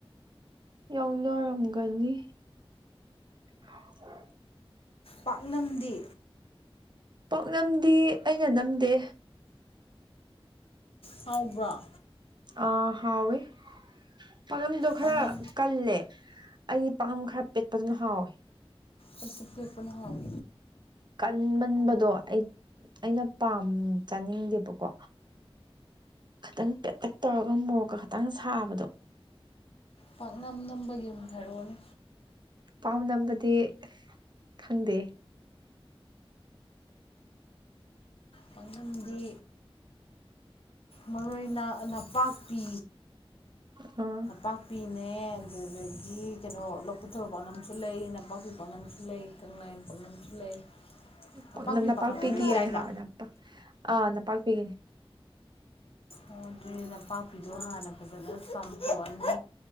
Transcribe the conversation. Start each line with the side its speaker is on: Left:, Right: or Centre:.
Right: ꯌꯥꯎꯅꯔꯝꯒꯅꯤ <inaudible>
Left: ꯄꯥꯛꯅꯝꯗꯤ
Right: ꯄꯥꯛꯅꯝꯗꯤ ꯑꯩꯅ ꯅꯝꯗꯦ
Left: ꯐꯥꯎꯕ꯭ꯔꯣ꯫
Right: ꯑ ꯍꯥꯎꯋꯦ ꯄꯥꯛꯅꯝꯗꯣ ꯈꯔ
Left: ꯄꯥꯛꯅꯝ
Right: ꯀꯜꯂꯦ꯫ ꯑꯩꯗꯤ ꯄꯥꯝꯕꯝ ꯈꯔ ꯄꯦꯠꯄꯗꯨꯅ ꯍꯥꯎꯋꯦ꯫
Left: ꯑꯩꯁꯨ ꯄꯦꯠꯄꯅ ꯍꯥꯎꯏ꯫
Right: ꯀꯟꯃꯟꯕꯗꯣ ꯑꯩ ꯑꯩꯅ ꯄꯥꯝ ꯆꯥꯅꯤꯡꯗꯦꯕꯀꯣ ꯈꯤꯇꯪ ꯄꯦꯇꯛ ꯇꯧꯔꯒ ꯃꯣꯔꯣꯛꯀꯥ ꯈꯤꯇꯪ ꯁꯥꯕꯗꯣ
Left: ꯄꯥꯛꯅꯝ ꯅꯝꯕꯒꯤ ꯑꯃꯨꯛ ꯍꯥꯏꯔꯛꯑꯣꯅꯦ
Right: ꯄꯥꯎ ꯅꯝꯕꯗꯤ ꯈꯪꯗꯦ
Left: ꯄꯥꯛꯅꯝꯗꯤ ꯃꯔꯨ ꯑꯣꯏꯅ ꯅꯄꯥꯛꯄꯤ
Right: <unintelligible>
Left: ꯄꯥꯛꯄꯤꯅꯦ ꯑꯗꯨꯗꯒꯤ ꯀꯩꯅꯣ ꯂꯧ ꯄꯨꯛ ꯊꯥꯔꯣ ꯄꯥꯛꯅꯝꯁꯨ ꯂꯩ ꯅꯄꯥꯛꯄꯤ ꯄꯥꯛꯅꯝꯁꯨ ꯂꯩ ꯀꯪꯂꯥꯌꯦꯟ ꯄꯥꯛꯅꯝꯁꯨ ꯂꯩ ꯅꯄꯥꯛꯄꯤ
Right: ꯄꯛꯅꯝ ꯅꯄꯥꯛꯄꯤꯒꯤ
Left: ꯄꯥꯛꯅꯝ ꯅꯣꯏ ꯆꯥꯏꯗꯣ
Right: ꯑꯣꯏꯅ ꯍꯥꯔ ꯅꯝꯄꯥ ꯑꯥ ꯅꯄꯥꯛꯄꯤꯒꯤ
Left: ꯑꯣ ꯑꯗꯨꯗꯤ ꯅꯄꯥꯛꯄꯤꯗꯣ ꯍꯥꯟꯅ ꯐꯖꯅ ꯆꯥꯝꯊꯣꯛꯑꯅꯤ